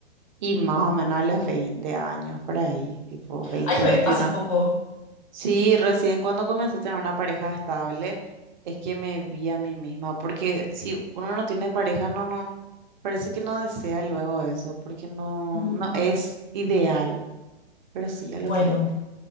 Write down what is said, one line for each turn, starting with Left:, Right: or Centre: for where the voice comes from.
Right: Y más o menos a los 20 años, por ahí, tipo 20,
Left: Ay, fue
Right: 21
Left: hace poco.
Right: Sí, recién cuando comencé a tener una pareja estable, es que me vi a mí misma, porque si uno no tiene pareja, no, no, parece que no desea luego eso, porque no,
Left: Mm.
Right: no es ideal, pero sí a los
Left: Bueno.
Right: veinte.